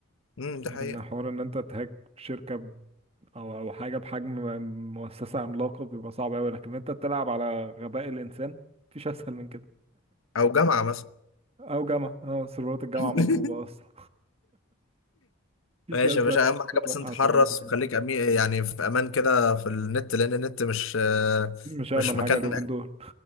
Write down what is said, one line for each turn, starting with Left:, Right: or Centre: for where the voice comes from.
Left: امم ده
Right: لأن
Left: حقيقة
Right: حوار إن أنت تهاك شركة ب- أو أو حاجة بحجم م- مؤسسة عملاقة بيبقى صعب أوي لكن أنت تلعب على غباء الإنسان مفيش أسهل من كده
Left: او جامعة مثلا
Right: أو جامعة أه سيرفرات الجامعة
Left: <laughs>
Right: مضروبة أصلا <laughs> مفيش
Left: ماشي
Right: أسهل
Left: يا باشا اهم حاجة
Right: من أنت توقع
Left: بس انت حرص
Right: سيرفرات الجامعة
Left: وخليك أمي... يعني في امان كده في النت لان النت مش آه،
Right: مش أأمن
Left: مش مكان
Right: حاجة اليومين دول